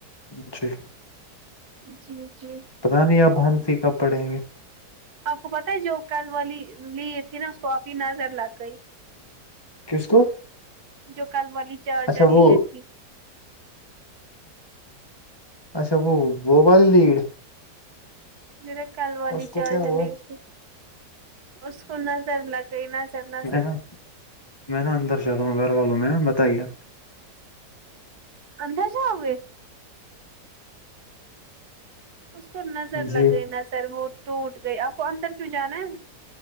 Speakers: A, on the left; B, on the right.
A: جی
B: جی جی
A: پتا نہیں <unintelligible> کب پڑھیں گے
B: آپ کو پتا ہے جو کل والی لی تھی نا اس کو آپ کی نظر لگ گئی
A: کس کو
B: جو کل والی چرچ
A: اچھا
B: جر
A: وہ
B: لی تھی
A: اچھا وہ والی لیڑ
B: جینے کل والی
A: اس کو
B: چارجر
A: کیا ہوا
B: لی تھی اس کو نظر لگئی نظر نظر
A: میں نا میں نا اندر چل رہا ہوں گھر والوں میں بتائیے
B: اندر جاو گئے اس کو نظر
A: جی
B: لگ گئی نظر وہ ٹوٹ گئی آپ کو اندر کیوں جانا ہے